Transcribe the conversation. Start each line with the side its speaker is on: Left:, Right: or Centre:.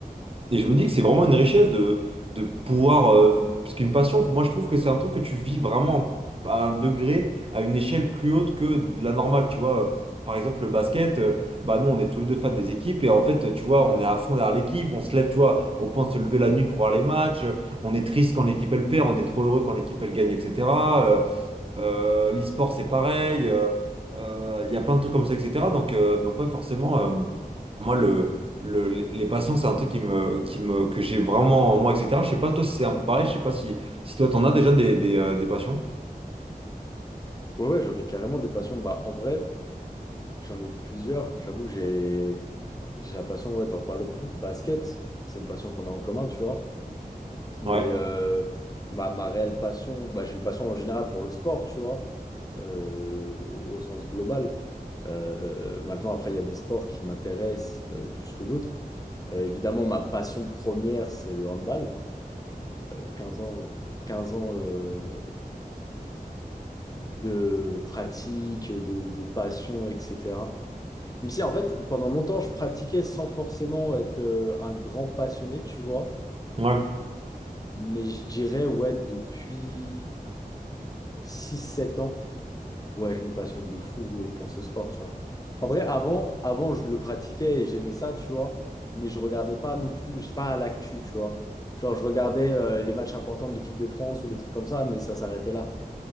Right: Et je me dis que c'est vraiment une richesse de, de pouvoir. euh, parce qu'une passion, moi je trouve que c'est un truc que tu vis vraiment à un degré, à une échelle plus haute que de la normale. Tu vois, par exemple, le basket, euh, bah nous on est tous les deux fans des équipes et en fait, tu vois, on est à fond derrière l'équipe, on se lève, tu vois, au point de se lever la nuit pour voir les matchs, euh, on est triste quand l'équipe elle perd, on est trop heureux quand l'équipe elle gagne, etc. Euh, l'e-sport, c'est pareil. euh, euh, Il y a plein de trucs comme ça, etc. Donc, euh, donc ouais, forcément, euh, moi, le, le- les les passions, c'est un truc qui me, qui me, que j'ai vraiment en moi, etc. Je sais pas, toi, si c'est un peu pareil. Je sais pas si, si toi, t'en as déjà des, des, euh, des passions.
Left: Ouais, ouais, j'en ai carrément des passions. Bah, en vrai, j'en ai plusieurs. J'avoue, j'ai j'ai la passion, ouais, t'en parlais pour le basket. C'est une passion qu'on a en commun, tu vois. Mais
Right: Ouais,
Left: euh, ma, ma réelle passion, bah, j'ai une passion en général pour le sport, tu vois, euh, au, au sens global. Euh, maintenant, après, il y a des sports qui m'intéressent euh, plus que d'autres. Euh, évidemment, ma passion première, c'est le handball. Euh, 15 ans, quinze ans euh, de pratique, de, de passion, etc. Même si, en fait, pendant longtemps, je pratiquais sans forcément être euh, un grand passionné, tu vois.
Right: ouais.
Left: Mais je dirais, ouais, depuis six sept ans, ouais, je me passionne de fou euh, pour ce sport, tu vois. En vrai, avant, avant, je le pratiquais et j'aimais ça, tu vois. Mais je regardais pas non plus, j'étais pas à l'actu, tu vois. Genre, je regardais euh, les matchs importants de l'équipe de France ou des trucs comme ça, mais ça s'arrêtait là.